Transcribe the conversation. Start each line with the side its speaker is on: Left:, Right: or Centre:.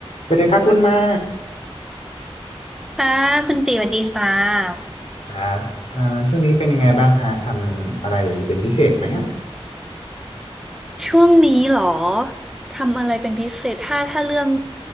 Left: สวัสดีครับคุณไม้
Centre: ค่ะคุณตีสวัสดีค่ะ
Left: ครับอ่าช่วงนี้เป็นยังไงบ้างฮะทำอะไรเป็นพิเศษไหมฮะ
Centre: ช่วงนี้เหรอทำอะไรเป็นพิเศษถ้าถ้าเรื่อง